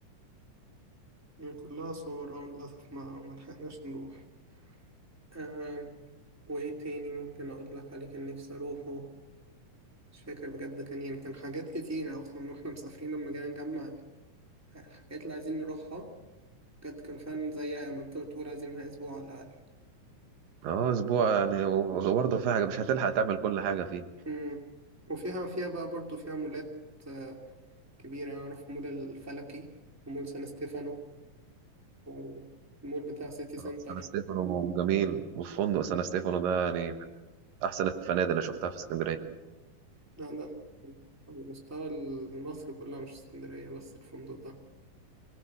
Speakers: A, in the centre; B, on the right (about 80°).
A: يعني كلها صور اه للأسف ما ملحقناش نروح آه وإيه تاني ممكن أقولك عليه كان نفسي أروحه مش فاكر بجد كان يعني كان حاجات كتير أصلا وإحنا مسافرين لما جينا نجمع الحاجات اللي عايزين نروحها بجد كان فعلا زي ما انت بتقول عايزين لها اسبوع على الاقل
B: اه اسبوع يعني وبرضه في حاجة مش هتلحق تعمل كل حاجة فيه
A: مم. وفيها فيها بقى برضو فيها مولات آه، كبيرة يعني اعرف مول الفلكي ومول سان ستيفانو والمول بتاع سيتي سنتر
B: اه سان ستيفانو جميل وفندق سان ستيفانو ده يعني من احسن الفنادق اللي شفتها في اسكندرية
A: لا لا على مستوى مصر كلها مش اسكندرية بس الفندق ده